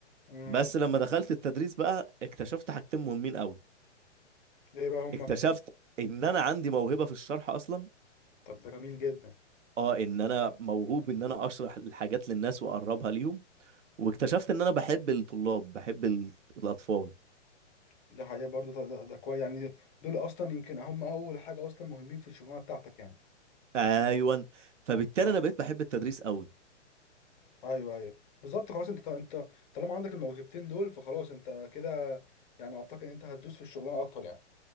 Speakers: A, on the left; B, on the right.
A: امم
B: بس لما دخلت التدريس بقى اكتشفت حاجتين مهمين قوي
A: ايه بقى هما
B: اكتشفت ان انا عندي موهبه في الشرح اصلا
A: طب ده جميل جدا
B: اه ان انا موهوب ان انا اشرح الحاجات للناس واقربها ليهم واكتشفت ان انا بحب الطلاب بحب ال- الاطفال
A: ده حقيقة برضه ده, ده, ده كويس يعني دول اصلا يمكن هم اول حاجة اصلا مهمين في الشغلانة بتاعتك يعني
B: ايوه فبالتالي
A: بالظبط
B: انا بقيت بحب التدريس قوي
A: ايوه ايوه بالظبط خلاص انت انت طالما عندك الموهبتين دول فخلاص انت كده يعني اعتقد ان انت هتدوس في الشغلانة اكتر يعني